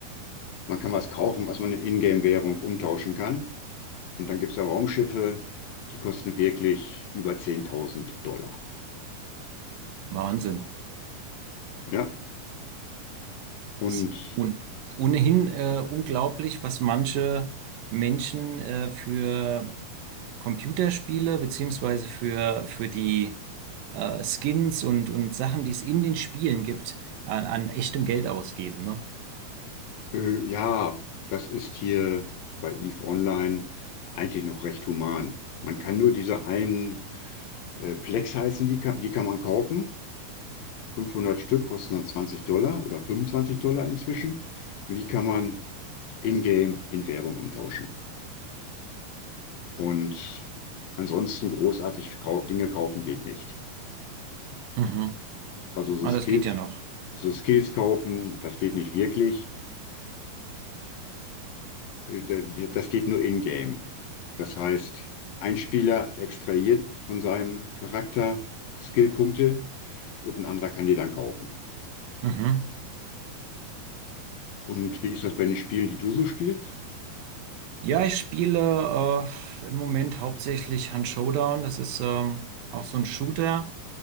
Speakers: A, on the left (about 75°); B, on the right (about 70°).
A: man kann was kaufen, was man in Ingame-Währung umtauschen kann. Und dann gibt es da Raumschiffe, die kosten wirklich über 10.000 Dollar.
B: Wahnsinn.
A: Ja, und
B: Ist un ohnehin äh, unglaublich, was manche Menschen äh, für Computerspiele beziehungsweise für, für die äh, Skins und, und Sachen, die es in den Spielen gibt, an, an echtem Geld ausgeben, ne?
A: äh, ja, das ist hier bei EVE Online eigentlich noch recht human. Man kann nur diese einen äh, Plex heißen, die kann, die kann man kaufen. 500 Stück kosten dann 20 Dollar oder 25 Dollar inzwischen. Und die kann man in-game in Währung umtauschen. Und ansonsten großartig kau Dinge kaufen geht nicht.
B: Mhm.
A: Also so
B: Ah,
A: Skills,
B: das geht ja noch.
A: so Skills kaufen, das geht nicht wirklich. Äh, da- Das geht nur in-game. Das heißt, ein Spieler extrahiert von seinem Charakter Skillpunkte und ein anderer kann die dann kaufen.
B: Mhm.
A: Und wie ist das bei den Spielen, die du so spielst?
B: Ja, ich spiele äh, im Moment hauptsächlich Hunt Showdown. Das ist ähm, auch so ein Shooter.